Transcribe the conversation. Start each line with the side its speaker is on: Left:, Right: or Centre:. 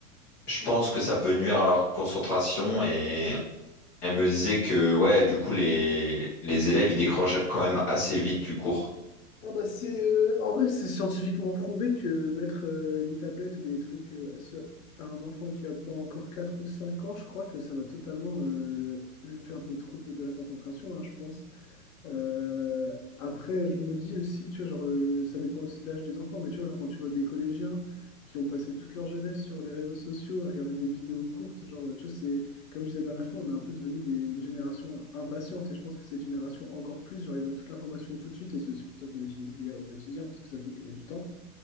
Centre: je pense que ça peut nuire à leur concentration. Et elle me disait que ouais, du coup, les, les élèves, ils décrochent quand même assez vite du cours.
Left: Ah bah c'est euh, en vrai c'est scientifiquement prouvé que mettre euh, une tablette ou des trucs euh, à ce- à un enfant qui a pas encore 4 ou 5 ans, je crois que ça va totalement euh, lui faire des troubles de la concentration, hein, je pense. Euh, après, je me dis aussi, tu vois, genre, euh, ça dépend aussi de l'âge des enfants, mais tu vois, genre, quand tu vois des collégiens qui ont passé toute leur jeunesse sur les réseaux sociaux à regarder des vidéos courtes, genre, euh, tu vois, c'est, comme je disais la dernière fois, on est un peu devenu des, une génération impatiente, et je pense que cette génération encore plus, genre, ils veulent toute l'information tout de suite, et c'est aussi pour ça qu'on utilise l'IA au quotidien, parce que ça fait gagner du temps.